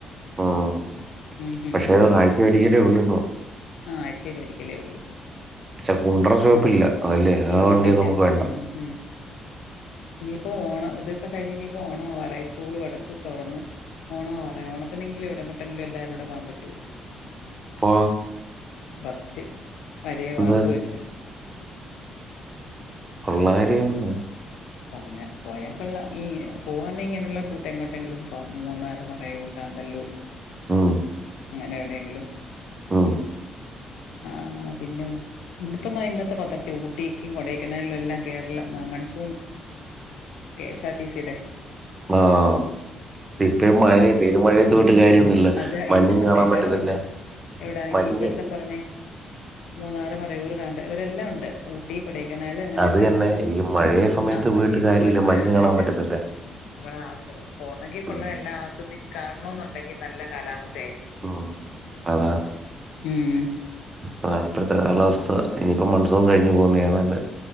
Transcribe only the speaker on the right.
ഉം
പക്ഷെ
അത്
ആഴ്ചയിൽ ഒരിക്കല്ലേ ഒള്ളൂ ഇപ്പോം
പക്ഷെ കുണ്ടറ ഷോപ്പില്ല അതല്ലേ ആ
വണ്ടി
നമുക്ക് വേണ്ട
അ
എന്ത്
ഒള്ളകാര്യവാ പറഞ്ഞേ
ഉം,
ഉം
അഹ് ഇപ്പൊ മഴയാ പെരുമഴയത് പോയിട്ട് കാര്യമൊന്നുമില്ല
മഞ്ഞും
കാണാൻ
പറ്റത്തില്ല
മഞ്ഞേ
അത്
തന്നെ
ഈ മഴയ സമയത്ത്
കാര്യമില്ല
മഞ്ഞ് കാണാൻ പറ്റത്തില്ല
ഉം,
അഹ് ഉം അതാ
അതാണ് പ്രധാന അവസ്ഥ ഇനി ഇപ്പൊ മൺസൂൺ കഴിഞ്ഞ് പോകുന്നെയാ നല്ലേ